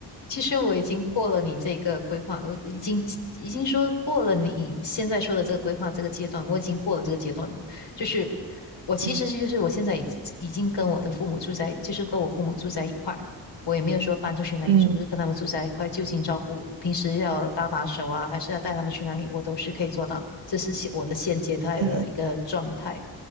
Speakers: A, on the left; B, on the right.
A: 其实我已经过了你这个规划，我已经已经说过了你现在说的这个规划这个阶段，我已经过了这个阶段了。就是我其实是就是我现在已已经跟我的父母住在，
B: 嗯
A: 就是跟我父母住在一块儿，我也没有说搬出去哪里住，
B: 嗯
A: 就跟他们住在一块，就近照顾，平时要搭把手啊，还是要带他们去哪里，我都是可以做到。这是现我的现阶段的一个状态。
B: 嗯